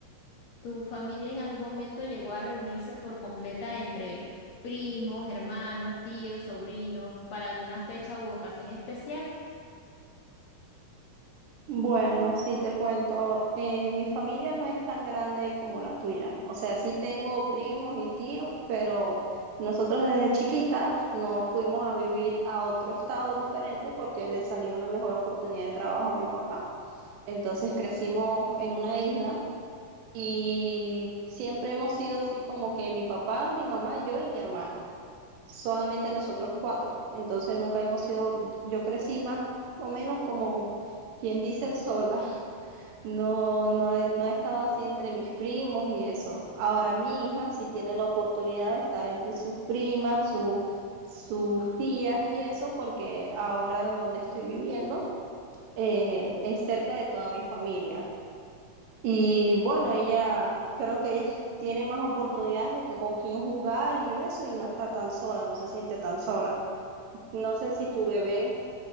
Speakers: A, on the left; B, on the right.
A: ¿Tu familia en algún momento llegó a reunirse por completa entre primos, hermanos, tíos, sobrinos, para alguna fecha u ocasión especial?
B: Bueno, sí te cuento, eh, mi familia no es tan grande como la tuya. O sea, sí tengo primos y tíos, pero nosotros desde chiquitas nos fuimos a vivir a otro estado diferente porque le salió una mejor oportunidad de trabajo a mi papá. Entonces crecimos en una isla Y siempre hemos sido así como que mi papá, mi mamá, yo y mi hermana. Solamente nosotros cuatro. Entonces nunca hemos sido, yo crecí más o menos como quien dice sola. <laughs> No, no, he- no he estado así entre mis primos y eso. Ahora mi hija sí tiene la oportunidad de estar entre sus primas, su- sus tías y eso, porque ahora donde estoy viviendo eh, es cerca de toda mi familia. Y bueno, ella, creo que ella tiene más oportunidades de que con quién jugar y eso, y no está tan sola, no se siente tan sola. No sé si tu bebé